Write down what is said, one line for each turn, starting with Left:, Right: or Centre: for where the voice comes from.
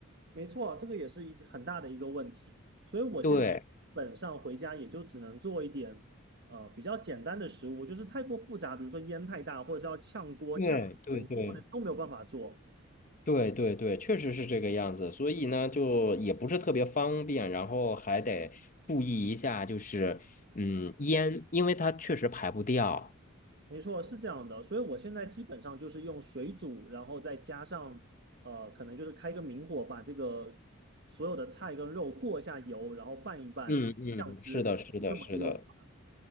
Right: 没错，这个也是一很大的一个问题，所以我现在基本上回家也就只能做一点，
Left: 对
Right: 呃，比较简单的食物，就是太过复杂，比如说烟太大，或者是要炝锅、
Left: 对对对
Right: 炝油，都不能都没有办法做。
Left: 对对对，确实是这个样子。所以呢，就也不是特别方便，然后还得注意一下，就是嗯烟，因为它确实排不掉。
Right: 没错，是这样的，所以我现在基本上就是用水煮，然后再加上，呃，可能就是开个明火，把这个所有的菜跟肉过一下油，然后拌一拌，
Left: 嗯嗯，
Right: 酱汁，
Left: 是的，是的，
Right: 是这么个用法。
Left: 是的，